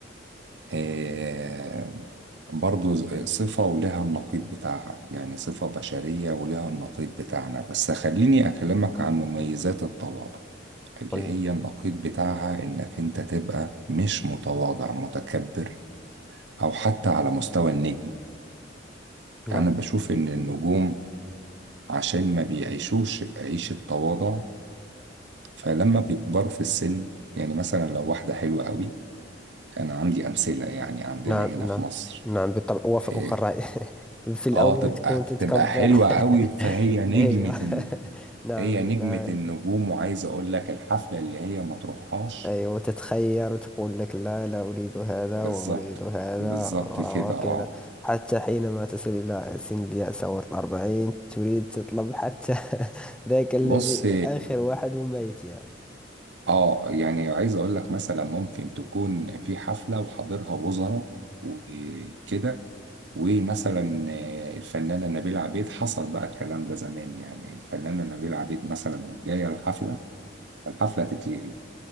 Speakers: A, on the right; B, in the centre.
A: إيه، برضو ز- صفة ولها النقيض بتاعها يعني صفة بشرية ولها النقيض بتاعنا بس خليني أكلمك عن مميزات التواضع اللي
B: قل-
A: هي النقيض بتاعها إنك أنت تبقى مش متواضع متكبر أو حتى على مستوى النجم
B: نعم
A: أنا بشوف إن النجوم عشان ما بيعيشوش عيشة تواضع فلما بيكبروا في السن يعني مثلا لو واحدة حلوة قوي أنا عندي أمثلة يعني عندنا
B: نعم
A: هنا
B: نعم
A: في مصر
B: نعم بالطبع أوافقك
A: إيه،
B: الرأي <laughs> في الأول
A: آه تبقى
B: تكون تتكبر
A: تبقى حلوة
B: <laughs>
A: قوي فهي نجمة
B: أيوة
A: الن-
B: <laughs> نعم
A: هي نجمة
B: نعم
A: النجوم وعايز أقول لك الحفلة اللي هي ما تروحهاش
B: أيوة وتتخير وتقول لك لا لا أريد هذا
A: بالظبط
B: وأريد هذا
A: بالظبط كده
B: وكذا
A: آه
B: حتى حينما تصل إلى سن اليأس أو الأربعين تريد تطلب حتى <laughs> ذاك الذي
A: بص
B: آخر واحد وميت يعني
A: آه يعني عايز أقول لك مثلا ممكن تكون في حفلة وحاضرها وزراء وكده ومثلا آه، الفنانة نبيلة عبيد حصل بقى الكلام ده زمان يعني الفنانة نبيلة عبيد مثلا مش جاية الحفلة الحفلة تتلغي